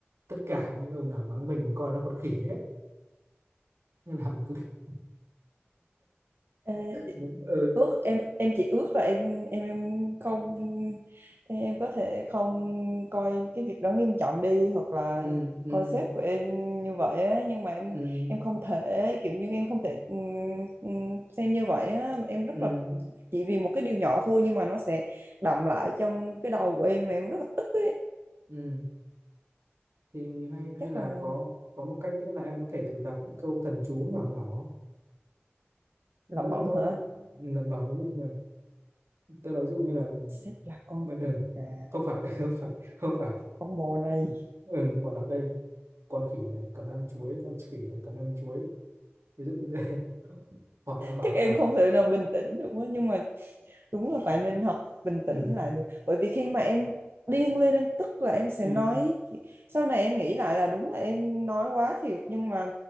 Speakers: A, on the right; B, on the right.
A: tất cả những ông nào mắng mình mình coi nó còn khỉ hết nó làm tôi
B: ừ.
A: mình ừ
B: ước em em chỉ ước là em em em không em có thể không coi cái việc đó nghiêm trọng đi hoặc là
A: ừ ừ
B: coi sếp của em như vậy á nhưng mà em
A: ừ
B: em không thể kiểu như em không thể ừm, ừm, xem như vậy á em rất
A: ừ
B: là chỉ vì một cái điều nhỏ thôi nhưng mà nó sẽ đọng lại trong cái đầu của em và em rất là tức ấy
A: ừ thì hay hay
B: chắc
A: là
B: là
A: có có một cách nữa là em có thể thử đọc những câu thần chú nhỏ nhỏ cũng
B: làm
A: rất là
B: bẩm
A: tốt
B: hả
A: đấy lẩm bẩm ví dụ như là tức là ví dụ như là
B: sếp là con
A: bên đường
B: gà
A: không phải <laughs> không phải không phải
B: con bò này
A: ừ, bảo là đây con khỉ này cần ăn chuối con khỉ này cần ăn chuối ví dụ như thế <laughs> hoặc là bảo
B: chắc em
A: là
B: không thể nào bình tĩnh được quá nhưng mà đúng là phải nên
A: ừ
B: học bình
A: ừ
B: tĩnh lại được bởi vì khi mà em điên lên em tức là em sẽ
A: ừ
B: nói sau này em nghĩ lại là đúng là em nói quá thiệt nhưng mà